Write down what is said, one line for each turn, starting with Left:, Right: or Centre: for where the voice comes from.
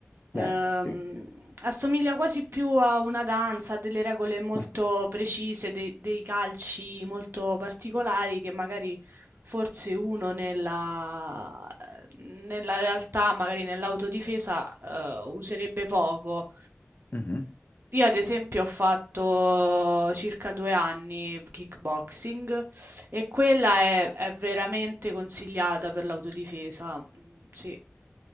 Left: Beh,
Right: Ehm,
Left: sì.
Right: assomiglia quasi più a una danza, a delle regole molto
Left: <laughs>
Right: precise, dei dei calci molto particolari che magari forse uno nella, nella realtà, magari nell'autodifesa, eh, userebbe poco.
Left: Mhm.
Right: Io ad esempio ho fatto circa due anni kickboxing e quella è, è veramente consigliata per l'autodifesa. Mm, Sì.